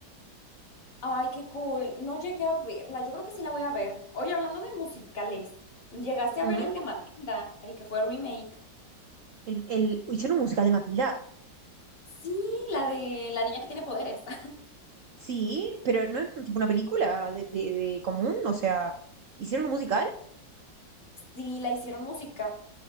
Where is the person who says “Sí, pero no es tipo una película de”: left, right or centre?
Right